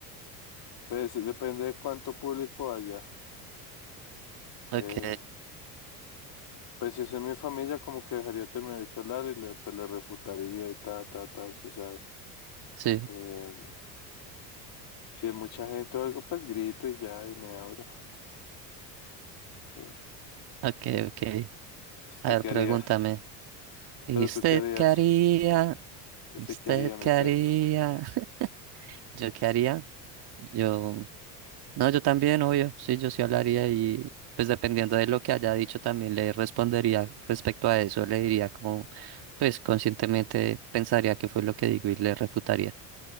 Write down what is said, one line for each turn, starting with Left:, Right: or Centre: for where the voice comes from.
Left: Pues depende de cuánto público haya.
Right: Ok,
Left: Eh, pues si es en mi familia, como que dejaría terminar que hablar y le, pues, le refutaría y ta, ta, ta, usted sabe.
Right: sí,
Left: Eh, si es mucha gente o algo, pues grito y ya, y me abro. Sí.
Right: ok, ok.
Left: pues, ¿Usted
Right: A ver,
Left: qué
Right: pregúntame.
Left: haría?
Right: ¿Y
Left: Pero
Right: usted
Left: tú qué harías,
Right: qué haría?
Left: usted
Right: ¿Usted
Left: qué haría,
Right: qué
Left: mi pex.
Right: haría? <laughs> ¿Yo qué haría? Yo... No, yo también, obvio, sí, yo sí hablaría y pues dependiendo de lo que haya dicho también le respondería respecto a eso, le diría como, pues conscientemente pensaría que fue lo que digo y le refutaría.